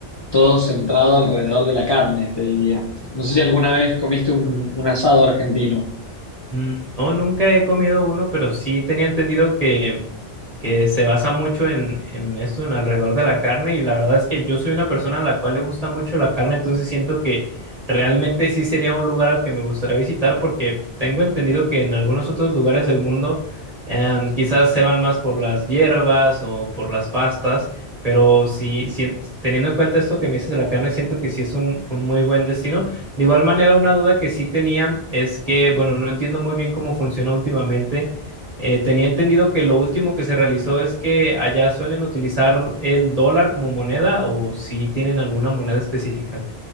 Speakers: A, on the left; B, on the right.
A: todo centrado alrededor de la carne, te diría. No sé si alguna vez comiste un, un asado argentino.
B: Mm, No, nunca he comido uno, pero sí tenía entendido que que se basa mucho en, en esto, en alrededor de la carne, y la verdad es que yo soy una persona a la cual le gusta mucho la carne, entonces siento que realmente sí sería un lugar al que me gustaría visitar porque tengo entendido que en algunos otros lugares del mundo em, quizás se van más por las hierbas o por las pastas, pero sí, sí, teniendo en cuenta esto que me dices de la carne, siento que sí es un, un muy buen destino. De igual manera, una duda que sí tenía es que, bueno, no entiendo muy bien cómo funciona últimamente eh, tenía entendido que lo último que se realizó es que allá suelen utilizar el dólar como moneda o si tienen alguna moneda específica.